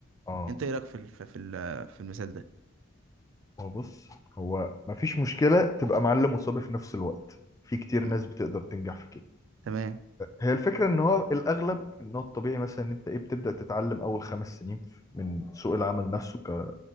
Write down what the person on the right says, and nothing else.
انت ايه رأيك في ال... في في ال- في المثال ده
مم.
تمام